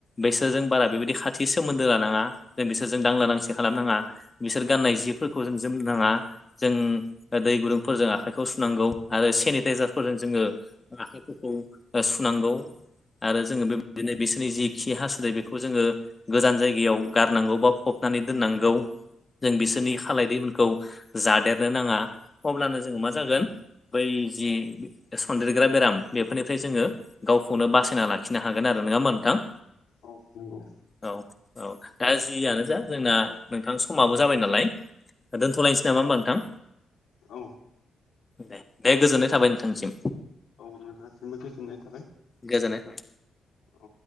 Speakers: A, on the left; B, on the left.
A: बेसोरजों बारा बेबायदि खा थि सोमोन्दो लानाङा जों बिसोरजों दांला दांसि खालामनाङा बिसोर गाननाय जि फोरखौ जों जोम नांङा जों दै गुदुंफोरजों आखाइखौ सुनांगौ आरो सेनिटाइजारफोरजों जोंङो आखाइफोरखौ सुनांगौ आरो जोंङो बेबायदिनो बिसोरनि जि खि हासुदाय बेखौ जोंङो गोजान जायगायाव गारनांगौ बा फबनानै दोननांगौ जों बिसोरनि खाालाय दैमोनखौ जादेरनो नांङा अब्लानो जोंङो मा जागोन बै जि सनदेरग्रा बेराम बेफोरनिफ्राय जोंङो गावखौनो बासायना लाखिनो हागोन आरो नंङा मा नोंथां
B: औ औ
A: औ औ दा जियानो जा जोंना नोंथां समाबो जाबाय नालाय दोनथ'लायनोसै नामा होमबा नोंथां
B: औ
A: दे दे गोजोननाय थाबाय नोंथांसिम
B: औ नोंथांनिसिमबो गोजोननाय थाबाय
A: गोजानाय
B: औ